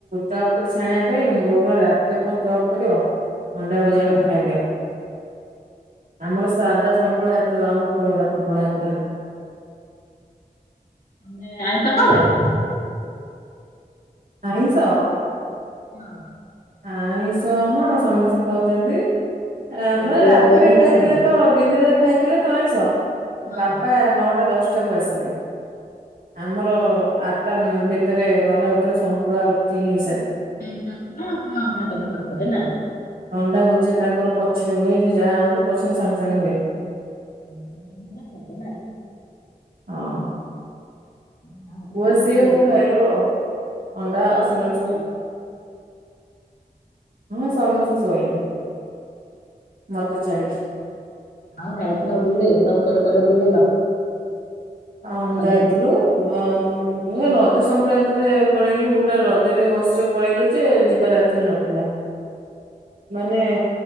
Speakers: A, on the right; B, on the left.
A: ଚପ୍ କରି ଛାଣିବା ପାଇଁ ବୋଉ କ ରାତିରେ କଣ ଚପ୍ କରିବ ଅଣ୍ଡା ଭୁଜା
B: ହଁ
A: କରିରେ ଖାଇଦିଅ ଆମର ସାଧା ସନ୍ତୁଳା ହେଇଥିଲା ଅମୃତଭଣ୍ଡା ସନ୍ତୁଳା ହେଇଥିଲା।
B: ଆମେ ଆଇ ତ ଖାଉ ଲଖି
A: ଆ ତ
B: ହଁ।
A: ଆଇଷ ହଁ ସମସ୍ତେ ଖାଉଛନ୍ତି। ମ
B: ଯୋଉ
A: ରାତିରେ
B: ବୋଉ
A: ଖାଇଥିଲେ
B: ଖାଆନ୍ତି।
A: ତ ଦିନ ରାତି ଖାଇଥିଲେ ତଇଶହ
B: ହଁ।
A: ବାପା ନଅଟା ଦଶଟା ଆସିଲେ ଆମର ଆଠଟା ଭିତରେ ନଅଟା ଭ ସନ୍ତୁଳା ରୁଟି ହେଇସା
B: ଏ ତ ନାପଣ ଆଣ ପଥରରେ ନା
A: ଅଣ୍ଡା ଭୁଜିଆ ତାଙ୍କର ପଛରେ ହୁଏ ସେ ଯାହା ଆଣନ୍ତି ପଛରେ ସାଙ୍ଗେ ସାଙ୍ଗେ ହୁଏ।
B: <unintelligible> ଖାଇଲ ନା।
A: ହଁ
B: ମା ହେରିକା
A: ପୁଅ
B: ଶୋଇପଇଲେଣି
A: ସିଏ ମୁଁ ଖାଇଲୁ ଆଉ, ଅଣ୍ଡା
B: ମା
A: ଆଉ
B: ହେରିକା
A: ସେମାନ
B: ଶୋଇଲେଣି
A: ସବୁ ହଁ ସମସ୍ତେ ଶୋଇଲେଣି ମତେ ଛାଡିକି।
B: ଆଉ ଯାଇଥିଲ ବୁଲି, ସବୁ କୁଆଡେ କୁଆଡେ ବୁଲିଲ?
A: ହଁ
B: ରଜରେ
A: ଯାଇଥିଲୁ ଅ ରଜ ସଂକ୍ରାନ୍ତିରେ ପଳେଇଲୁ ଗୋଟେ ରଜରେ ହୋସ ରେ ପଳେଇଲୁ ଯେ ଯିବାର ଆକଚୁଆଲି ନଥିଲା। ମାନେ